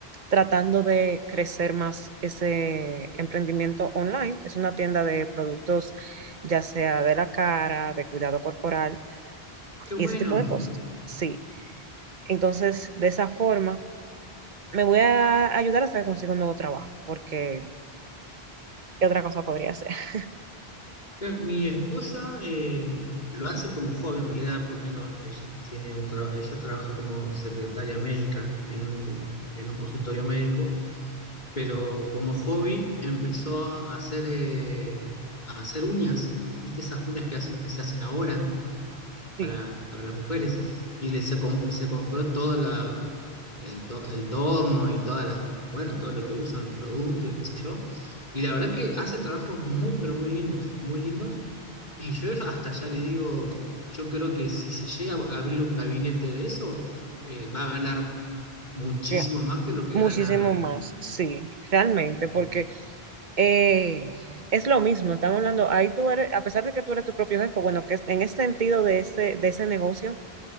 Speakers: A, on the right; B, on the left.
A: tratando de crecer más ese emprendimiento online. Es una tienda de productos, ya sea de la cara, de cuidado corporal
B: Qué bueno,
A: y ese tipo de cosas. Sí. Entonces, de esa forma me voy a ayudar hasta que consiga un nuevo trabajo, porque ¿qué otra cosa podría hacer? <laughs>
B: que mi esposa eh, lo hace como joven en realidad, porque no, ella tiene un traba- ella trabaja como secretaria médica en un, en un consultorio médico, pero como hobby empezó a hacer, eh, a hacer uñas. ¿Viste esas uñas que hacen, que se hacen ahora?
A: Sí,
B: para, para las mujeres. Y le, se, com- se compró todo la, el, to- el torno y todas las, bueno, todo lo que usan, los productos y qué sé yo. Y la verdad que hace trabajos muy, pero muy lindos, muy lindos. Y yo hasta ya le digo, yo creo que si se llega a abrir un gabinete de eso, eh, va a ganar muchísimo
A: que-
B: más que lo que
A: muchísimo
B: gana en,
A: más, sí, realmente, porque
B: en-
A: eh, es lo mismo, estamos hablando, ahí tú eres, a pesar de que tú eres tu propio jefe, bueno, que es- en ese sentido de ese, de ese negocio.